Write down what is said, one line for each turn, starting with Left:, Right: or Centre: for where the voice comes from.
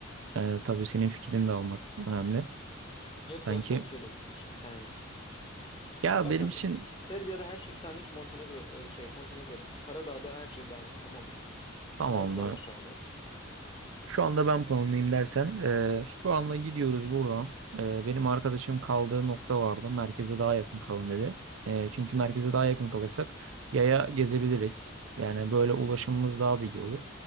Right: Ee, tabii senin fikrini de almak önemli.
Left: Yok
Right: Sanki
Left: ya sen söyle bunu işte senlik.
Right: ya
Left: Bak
Right: benim
Left: kanka
Right: için
Left: Serbia'da her şey senlik. Montenegro e, şey Montenegro'da Karadağ'da her şey benlik tamam mı?
Right: tamam
Left: Sen planla
Right: mı?
Left: şu anda.
Right: Şu anda ben planlayayım dersen, eee, şu anda gidiyoruz buradan. Eee, benim arkadaşım kaldığı nokta vardı. Merkeze daha yakın kalın dedi. Eee, çünkü merkeze daha yakın kalırsak yaya gezebiliriz. Yani böyle ulaşımımız daha da iyi olur.